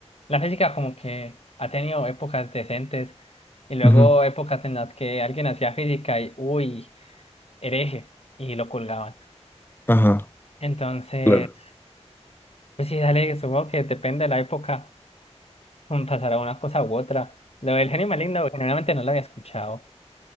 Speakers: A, on the left; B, on the left.
A: la física como que ha tenido épocas decentes y luego
B: Ujú.
A: épocas en las que alguien hacía física y, uy. hereje y lo colgaban.
B: Ajá,
A: Entonces,
B: claro.
A: pues sí, dale, supongo que depende de la época, mm, pasará una cosa u otra. Lo del genio maligno, generalmente no lo había escuchado.